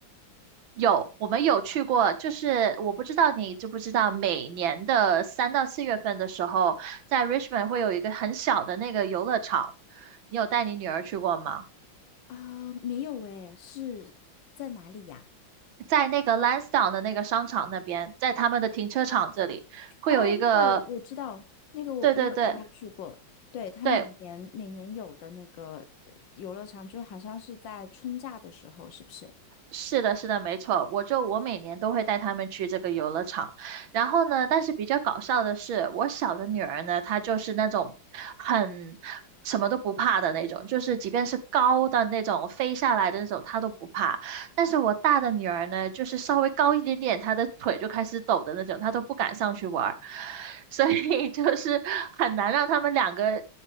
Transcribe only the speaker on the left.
啊、没有诶，是在哪里呀？
哦，那个我我知道，那个我我有带她去过，
对，她每年每年有的那个呃游乐场，
就好像是在春假的时候，是不是？